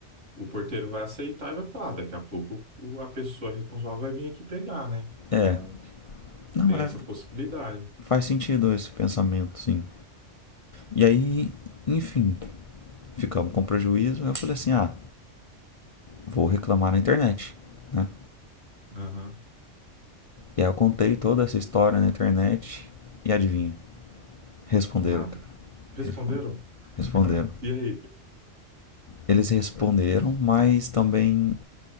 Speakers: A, on the right; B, on the left.
A: o porteiro vai aceitar e vai falar, daqui a pouco o- a pessoa responsável vai vir aqui pegar, né?
B: É.
A: Então,
B: Não,
A: tem
B: é.
A: essa possibilidade.
B: Faz sentido esse pensamento, sim. E aí, enfim, ficamos com prejuízo. Eu falei assim: ah, vou reclamar na internet, né?
A: Aham,
B: E aí eu contei toda essa história na internet. E adivinha? Responderam,
A: nada.
B: cara.
A: Responderam?
B: Respon- Responderam.
A: E aí?
B: Eles responderam, mas também